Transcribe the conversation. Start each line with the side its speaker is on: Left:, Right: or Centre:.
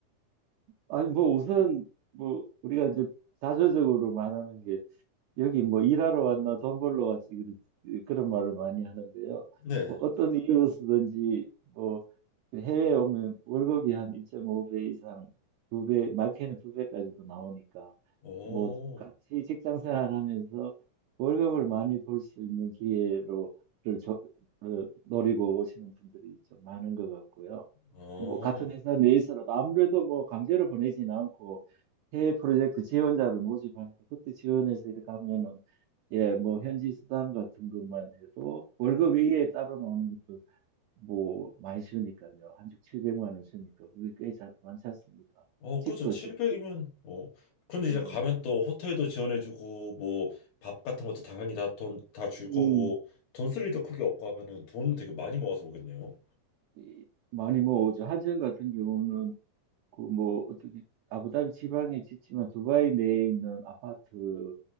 Right: 아니 뭐 우선 뭐 우리가 이제 자조적으로 말하는 여기 뭐 일하러 왔나 돈 벌러 왔지 그런 그런 말을 많이 하는데요.
Left: 네.
Right: 뭐 어떤 이유로서든지 뭐 해외에 오면 월급이 한 2.5배 이상 두 배, 많게는 두 배까지도 나오니까
Left: 오,
Right: 뭐 같이 직장 생활하면서 월급을 많이 벌 수 있는 기회로를 저, 를 노리고 오시는 분들이 좀 많은 것 같고요.
Left: 어.
Right: 뭐 같은 회사 내에서라도 아무래도 뭐 강제로 보내지는 않고 해외 프로젝트 지원자를 모집하니까 그때 지원해서 이렇게 하면은 예, 뭐 현지 수당 같은 것만 해도 월급 위에 따로 나오는 것도 뭐 많이 주니까요. 한주 700만 원 주니까 그게 꽤 자, 많지 않습니까?
Left: 어,
Right: 집도
Left: 그렇죠. 700이면
Right: 주, 집,
Left: 어. 그런데
Right: 네,
Left: 이제 가면
Right: 집,
Left: 또 호텔도 지원해주고 뭐 밥 같은 것도 당연히 다 돈 다 줄
Right: 음,
Left: 거고 돈 쓸 일도 크게 없고 하면은 돈 되게 많이 모아서 오겠네요.
Right: 이- 많이 모으죠. 한전 같은 경우는 그 뭐 어떻게 아부다비 지방에 짓지만 두바이 내에 있는 아파트